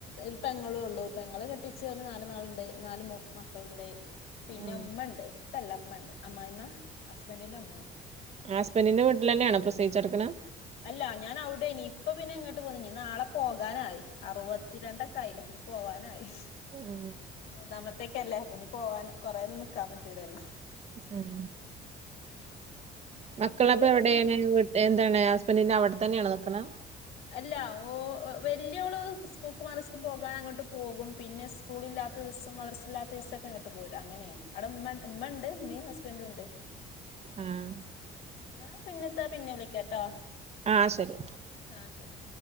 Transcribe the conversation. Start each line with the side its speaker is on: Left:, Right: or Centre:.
Left: ഒരു പെങ്ങളും ഉള്ളൂ പെങ്ങളെ കെട്ടിച്ച് ഒരു നാല് മോളുണ്ട് നാല് മക്ക ളെ ഉണ്ട് പിന്നെ
Right: ആ
Left: ഉമ്മണ്ട് ഉപ്പല്ല ഉമ്മണ്ട് അമ്മായിമ്മ ഹുസ്ബൻഡിന്റെ ഉമ്മ.
Right: ആഹ് ഹുസ്ബൻഡിന്റെ വീട്ടില് തന്നെയാണോ പ്രസവിച്ചു കിടക്കുന്നോ?
Left: അല്ല ഞാൻ അവിടെയാനി ഇപ്പ പിന്നെ ഇങ്ങോട്ട് പോന്നീ, നാളെ പോകാനായി അറുപത്തിരണ്ടൊക്കെ ആയി. പോവാനായി.
Right: ആ
Left: മൂന്നാമത്തേക്കല്ലേ അപ്പൊ ഇനി പോവാന് കൊറെയെന്നു നിക്കാൻ പറ്റൂലല്ലോ.
Right: ഉം
Left: പിന്നെ
Right: മക്കളൊക്കെ
Left: എന്തൊക്കെ
Right: എവിടെയാണ് കൊ എന്താണ് ഹുസ്ബൻഡിന്റെ അവിടെ തന്നെണോ നിക്കേണ്.
Left: അല്ല ഓ വെല്യോള് സ്കൂലിയൊക്കെ മാറി പോകാന് അങ്ങോട്ട് പോകും പിന്നെ സ് സ്കൂളില്ലാത്ത ദിവസം മദ്രസയില്ലാതെ ദിവസം അങ്ങോട്ട് പോരും അങ്ങനെയാണ് അവിടെ ഉമ്മണ്ട് ഉമ്മണ്ട് ഉമ്മയും ഹുസ്ബൻഡുണ്ട്.
Right: ആഹ്
Left: എന്നാ പിന്നെതെ പിന്നെ വിളിക്കട്ടോ.
Right: ആഹ് ശരി
Left: ആഹ് ശരി